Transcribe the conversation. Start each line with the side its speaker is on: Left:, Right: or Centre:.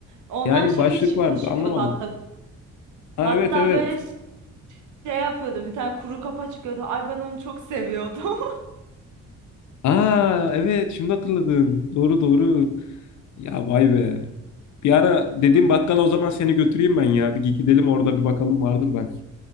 Right: Ondan
Left: Yani
Right: şekil
Left: başlık
Right: şıkıl
Left: vardı
Right: çıkıyordu
Left: anlamadım.
Right: hatta.
Left: Ha
Right: Hatta
Left: evet evet.
Right: böyle şey yapıyordu bir tane kuru kafa çıkıyordu. Ay ben onu çok seviyordum.
Left: Aa evet şimdi hatırladım. Doğru doğru. Ya vay be. Bir ara dediğim
Right: <laughs>
Left: bakkala
Right: Aa,
Left: o zaman seni götüreyim ben ya. Bir gidelim orada bir bakalım vardır belki.